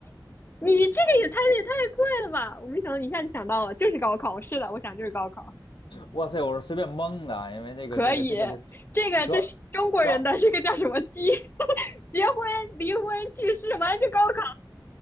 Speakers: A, on the left; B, on the left.
A: 你这个也猜的也太快了吧！我没想到你一下就想到了，就是高考，是的，我想就是高考，
B: 哇塞，我是随便蒙的啊因为那个这个这个的，
A: 可以，这个这是中国人的这个叫什么结
B: 主要。主要
A: <laughs> 结婚、离婚、去世，完了就高考，